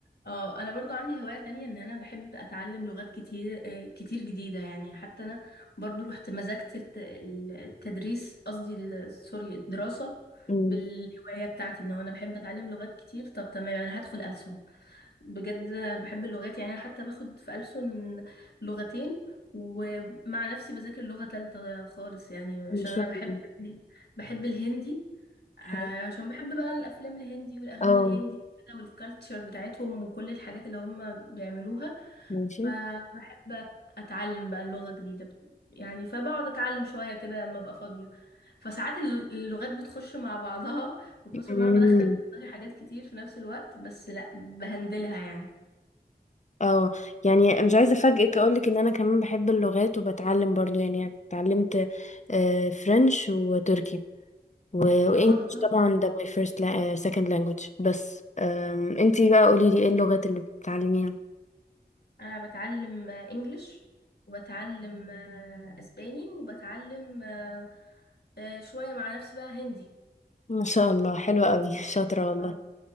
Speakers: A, on the left (about 70°); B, on the left (about 45°).
A: اه انا برضو عندي هواية تانية ان انا بحب اتعلم لغات كتير آه، كتير جديدة يعني حتى انا برضو رحت مزجت الت- التدريس قصدي ال- سوري الدراسة
B: أمم،
A: بالهواية بتاعتي ان هو انا بحب اتعلم لغات كتير طب تمام انا هدخل ألسن بجد بحب اللغات يعني انا حتى باخد في ألسن لغتين ومع نفسي بذاكر لغة تالتة خالص يعني
B: ما
A: عشان
B: شاء
A: انا بحب
B: الله
A: <laughs> بحب الهندي عشان
B: حلو.
A: بحب بقى الافلام الهندي والاغاني
B: اه
A: الهندي كده والكالتشر بتاعتهم وكل الحاجات اللي هم بيعملوها
B: ماشي
A: فبحب أت- اتعلم بقى اللغة جديدة يعني فبقعد اتعلم شوية كده لما ابقى فاضية فساعات الل- اللغات بتخش مع بعضها بكثر
B: أمم،
A: ما انا بدخل في دماغي حاجات كتير في نفس الوقت بس لا بهندلها يعني
B: اه يعني مش عايزه افاجئك اقولك ان انا كمان بحب اللغات وبتعلم برضو يعني يعني اتعلمت آه، فرنش وتركي لو انجلش
A: اه ده تحفة
B: طبعا
A: ده
B: ده my first la- آه, second language بس أم، انتي بقى قوليلي ايه اللغات اللي بتتعلميها
A: انا بتعلم انجليش وبتعلم آه، اسباني وبتعلم آه، آه، شوية مع نفسي بقى هندي
B: ما شاء الله حلوة قوي <laughs> شاطرة والله
A: اه